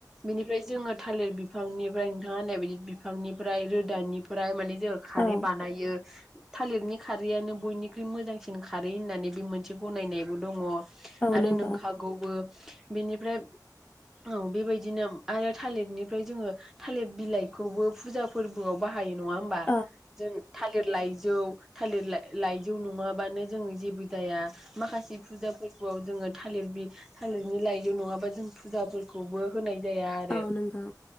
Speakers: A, in the centre; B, on the left.
A: बिनिफ्राय जोङो थालिर बिफांनिफ्राय नोंथाङा होननाय बायदि बिफांनिफ्राय रोदानिफ्राय माने जों खारै
B: औ
A: बानायो थालिरनि खारैआनो बयनिख्रुइ मोजांसिन खारै होननानै बे मोनसे गनायनायबो दङ आरो
B: नंगौ
A: नोंखागौबो बेनिफ्राय औ बेबायदिनो आरो थालिरनिफ्राय जोङो थालिर बिलाइखौबो फुजा फोरबोआव बाहा हायो नङा होमबा
B: औ
A: जों लाइजौ थालिर लाइ-लाइजौ नङाबानो जोङो जेबो जाया माखासे फुजा फोरबोआव जोङो थालिर बि थालिरनि लाइजौ नङाबा जों फुजाफोरखौबो होनाय जाया आरो
B: औ नंगौ